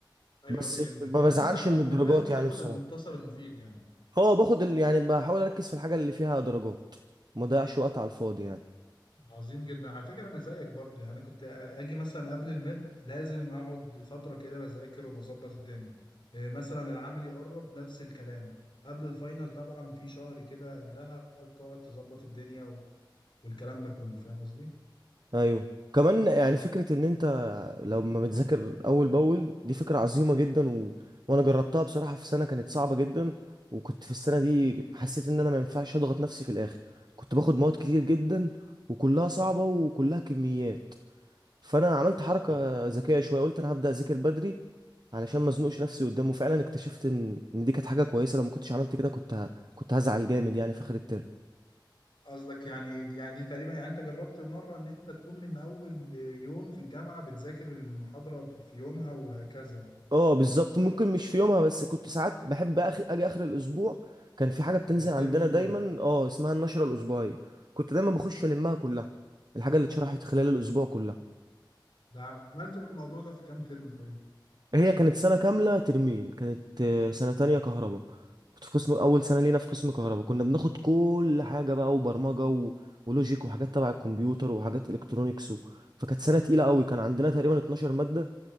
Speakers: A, on the left; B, on the right.
A: ايوه
B: بس
A: فهمتك
B: ما
A: يعني
B: بزعلش
A: انت
B: من الدرجات
A: من الاخر بتاخد
B: يعني بصراحه
A: المختصر المفيد يعني
B: هو باخد ال... يعني بحاول اركز في الحاجه اللي فيها درجات ما اضيعش وقت على الفاضي يعني
A: عظيم جدا على فكره انا زيك برضو يعني انا كنت اجي مثلا قبل الميد لازم اقعد فتره كده بذاكر وبظبط الدنيا إيه مثلا العمل يقرب نفس الكلام قبل الفاينل طبعا في شهر كده قبلها بتقعد تظبط الدنيا و... والكلام ده كله فاهم قصدي
B: ايوه كمان يعني فكره ان انت لما بتذاكر اول باول دي فكره عظيمه جدا و... وانا جربتها بصراحه في سنه كانت صعبه جدا وكنت في السنه دي حسيت ان انا ما ينفعش اضغط نفسي في الاخر كنت باخد مواد كتير جدا وكلها صعبه وكلها كميات فانا عملت حركه
A: اه
B: ذكيه شويه قلت انا هبدا اذاكر بدري علشان ما ازنقش نفسي قدامه فعلا اكتشفت ان ان دي كانت حاجه كويسه لو ما كنتش عملت كده كنت ه... كنت هزعل جامد يعني في اخر الترم
A: قصدك يعني يعني دي تقريبا يعني انت جربت مره ان انت تكون من اول يوم في الجامعه بتذاكر المحاضره في يومها وهكذا يعني
B: اه بالظبط ممكن مش في يومها بس كنت ساعات بحب اخي اجي اخر الاسبوع كان في حاجه بتنزل
A: بتلم
B: عندنا دايما
A: كله
B: اه اسمها النشره الاسبوعيه كنت دايما بخش المها كلها الحاجه اللي اتشرحت خلال الاسبوع كلها
A: ده عملت الموضوع ده في كام ترم طيب
B: هي كانت سنة كاملة ترمين كانت آه، سنة تانية كهرباء كنت في قسم أول سنة لينا في قسم كهرباء كنا بناخد كل حاجة بقى وبرمجة و... ولوجيك وحاجات تبع الكمبيوتر وحاجات إلكترونيكس و... فكانت سنة تقيلة قوي كان عندنا تقريبا 12 مادة